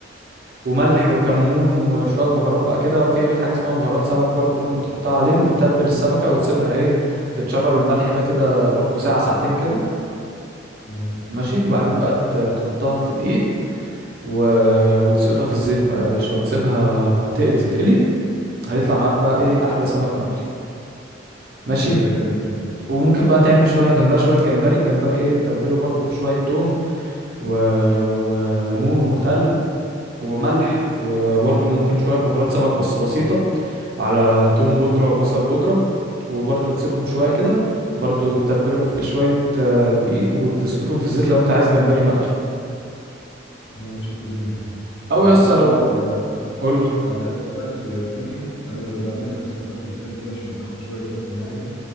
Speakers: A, on the right (about 50°); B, on the left (about 80°).
A: وملح وكمون وشوية بهارات بقى كده في حاجة اسمها بهارات سمك برضو ممكن تحطها عليهم وتتبل السمكة وتسيبها ايه تتشرب الملح ده كده برضو ساعة ساعتين كده
B: آه.
A: ماشي وبعدين بقى ت- تحطها في دقيق و... وتسقطها في الزيت بقى يا باشا وتسيبها ت- تتقلي هيطلع معاك بقى ايه احلى سمك مقلي ماشي
B: لا ده جامد ده
A: وممكن بقى تعمل شويه جنبها شويه جمبري الجمبري ايه تتبله برضو في شويه توم و... وليمون وخل وملح وبرده ممكن شوية بهارات سمك بس بسيطة على توم بودرة وبصل بودرة وبرده تسيبهم شوية كده برده تتبلهم في شوية آه، دقيق وتسقطهم في الزيت لو انت عايز جمبري مقلي
B: اه شكله جامد ده
A: او
B: بس
A: يسطا
B: يا اسطى
A: لو
B: اقول لك على
A: قولي
B: على اكله بقى تانية انا بعملها بس من وقت للتاني كده عشان بتاخد شويه وقت معايا